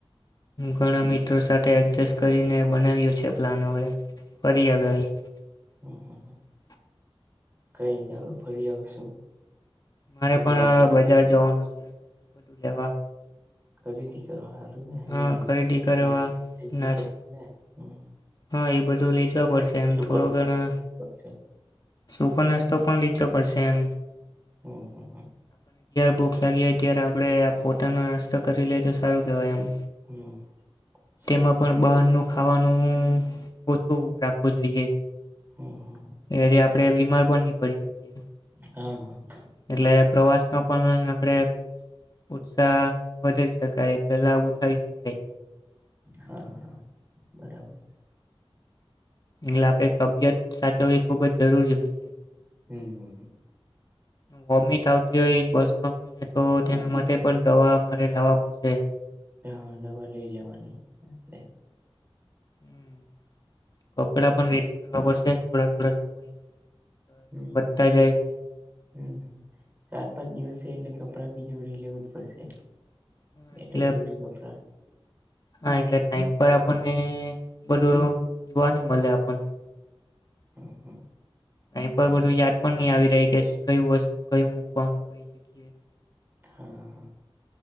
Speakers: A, on the left (about 40°); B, on the right (about 20°).
A: ઘણા મિત્રો સાથે એડજસ્ટ કરીને બનાવ્યો છે પલાનવે વધિયા <unintelligible>
B: હમ હમ હમ કઈ ચાલો ફરી આવશું.
A: મારે
B: મજા
A: પણ
B: આવશે
A: બજાર જવાનું છે. બધું લેવા.
B: ખરીદી કરવા સારું ને હ
A: હા ખરીદી કરવા
B: નાસ્તા પ
A: નાસ
B: ને હમ.
A: હા એ બધું લ પડ એમ
B: શું
A: થોડો
B: કર
A: ઘણો,
B: પડશે
A: સુકો નાસ્તો પણ લીધો ફરસેમ. <unintelligible>
B: હ હ હા.
A: ભૂખ લાગી હોય ત્યારે આપણે આ પોતાનો નાસ્તો કરી લઈએ તો સારું કહેવાય એમ.
B: હમ, સારું
A: તેમાં
B: ખલ.
A: પણ બહારનું ખાવાનું ઓછું રાખવું જોઈએ.
B: હમ હમ
A: એ જે આપડે બીમાર પણની પડી
B: હમ હા
A: એટલે પ્રવાસ ન પણ આપડે ઉત્સાહ વધારી શકાય એટલે લાભ ઉઠાડી શકાય.
B: હા હા બરાબર.
A: એટલે આપણે તબિયત સાચવવી ખુબ જ જરૂરી હોય છે.
B: હમ હમ.
A: વોમીત આવતી હોય બસ માં કોઈને તો
B: હા
A: તેના માટે પણ દવા રે લાવવા પડશે.
B: હા દવા લઈ લેવાની આપે.
A: હમ કપડા પણ રેડી કરવા પડશે થોડા થોડા સમય.
B: હમ,
A: વધતા જાય એટલે
B: હમ ચાર પાંચ દિવસ એલે કડા બી જોડી લેવું જ પડશે.
A: હા
B: બેટન
A: એટલે
B: જોડી કપડા
A: હા એટલે ટાઈમ પર આપણને બધું જોવા નઈ મળે આપણને.
B: હમ હા.
A: અહી પર બધું યાદ પણ નહી આવી રહી કે કયું વસ્તુ કયું મૂકવાનું કઈ જગ્યાએ.
B: હા હા.